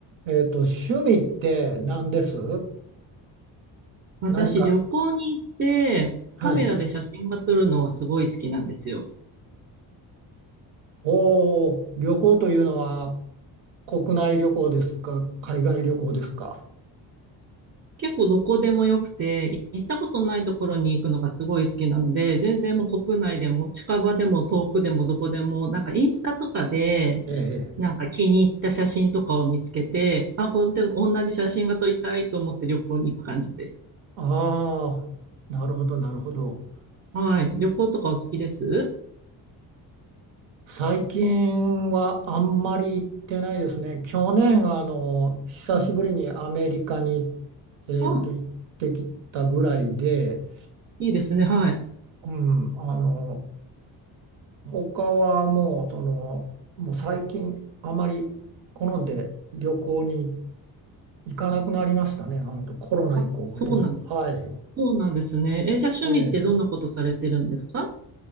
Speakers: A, on the right; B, on the right.
A: えっと、趣味って何です
B: 私、
A: 何か、
B: 旅行に行って、
A: はい。
B: カメラで写真が撮るのはすごい好きなんですよ。
A: おお、旅行というのは国内旅行ですか、海外旅行ですか。
B: 結構どこでもよくて、行ったことないところに行くのがすごい好きなので、全然もう国内でも近場でも遠くでもどこでも、なんかインスタとかで、
A: ええ。
B: なんか気に入った写真とかを見つけて、あ、これで同じ写真が撮りたいと思って旅行に行く感じです。
A: ああ、なるほど、なるほど。
B: はい。旅行とかお好きです
A: 最近はあんまり行ってないですね。去年、あの、久しぶりにアメリカに、
B: うん。
A: えっと、
B: あ、
A: 行ってきたぐらいで、
B: いいですね。はい。
A: うん、あの、他はもう、その、もう最近、あまり好んで旅行に行かなくなりましたね。あの、コロナ以降、
B: あ、
A: ほとんど。
B: そうなん、
A: はい。
B: そうなんですね。え、じゃあ趣味ってどんなことされてるんですか
A: ええ。